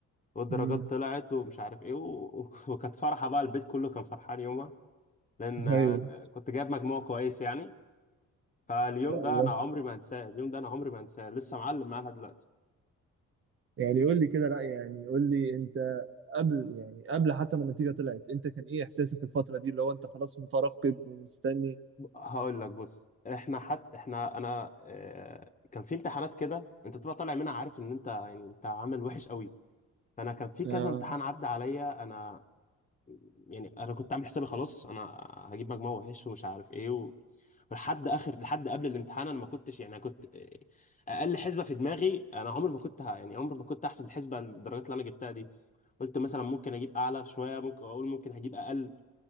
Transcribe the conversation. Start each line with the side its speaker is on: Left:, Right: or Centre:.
Left: والدرجات
Right: امم
Left: طلعت ومش عارف ايه و... و- <laughs> وكانت فرحة بقى البيت كله كان فرحان يومها لان آه،
Right: ايوه ان
Left: كنت جايب مجموع كويس يعني فاليوم
Right: شاء
Left: ده
Right: الله
Left: انا عمري ما هنساه اليوم ده انا عمري ما هنساه لسه معلم معايا لحد دلوقتي
Right: يعني قول لي كده لا يعني قول لي انت قبل يعني قبل حتى ما النتيجه طلعت انت كان ايه احساسك الفتره دي اللي هو انت خلاص مترقب ومستني
Left: هقول لك بص احنا حد احنا انا آه، كان في امتحانات كده انت بتبقى طالع منها عارف ان انت يعني انت عامل وحش قوي فانا كان في
Right: اه
Left: كذا امتحان عدى عليا انا يعني انا كنت عامل حسابي خلاص انا هجيب مجموع وحش ومش عارف ايه و... ولحد اخر لحد قبل الامتحان انا ما كنتش يعني انا كنت اقل حسبه في دماغي انا عمري ما كنت ه... يعني عمري ما كنت احسب الحسبه الدرجات اللي انا جبتها دي قلت مثلا ممكن اجيب اعلى شويه ممكن اقول ممكن هجيب اقل